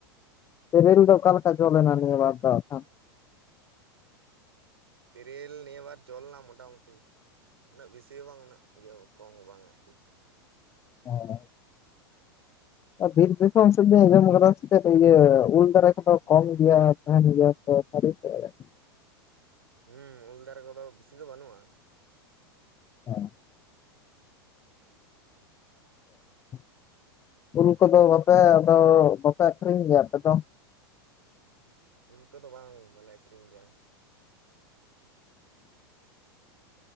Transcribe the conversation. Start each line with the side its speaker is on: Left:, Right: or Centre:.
Left: ᱛᱮᱨᱤᱞ ᱫᱚ ᱚᱠᱟᱮᱠᱟ ᱡᱚᱞᱮᱱᱟ ᱱᱤᱭᱟᱹ ᱵᱟᱨ ᱫᱚ ᱟᱠᱷᱟᱱ?
Right: ᱛᱤᱨᱤᱞ ᱱᱤᱭᱟᱵᱟᱨ ᱡᱚᱞᱮᱱᱟ ᱢᱚᱴᱟᱢᱩᱴᱤ᱾ ᱩᱱᱟᱹᱜ ᱵᱮᱥᱤ ᱦᱚᱸ ᱵᱟᱝ ᱩᱱᱟᱹᱜ ᱤᱭᱟᱹ ᱠᱚᱢ ᱦᱚᱸ ᱵᱟᱝ ᱟᱨᱠᱤ᱾
Left: ᱚᱸ ᱟᱨ ᱵᱤᱨ ᱫᱤᱥᱟᱹᱢ ᱥᱮᱜ ᱞᱤᱧ ᱟᱸᱡᱚᱢ ᱠᱟᱫᱟ ᱥᱮᱪᱮᱫ ᱤᱭᱟᱹ ᱩᱞ ᱫᱟᱨᱟ ᱠᱚᱢ ᱜᱮᱭᱟ? ᱛᱟᱦᱮᱱ ᱜᱮᱭᱟ ᱥᱮ ᱥᱟᱨᱤ ᱥᱮ ᱮᱲᱮ?
Right: ᱦᱩᱸ ᱩᱞ ᱫᱟᱨᱮ ᱠᱚᱫᱚ ᱵᱤᱥᱤ ᱫᱚ ᱵᱟᱹᱱᱩᱜᱼᱟ ᱾
Left: ᱦᱮᱸ <inaudible> ᱩᱞ ᱠᱚᱫᱚ ᱵᱟᱯᱮ ᱟᱫᱚ ᱵᱟᱯᱮ ᱟᱠᱷᱨᱤᱧ ᱜᱮᱭᱟ ᱟᱯᱮ ᱫᱚ?
Right: ᱩᱞ ᱠᱚᱫᱚ ᱵᱟᱝ ᱵᱟᱞᱮ ᱟᱹᱠᱷᱨᱤᱧ ᱜᱮᱭᱟ᱾ <inaudible>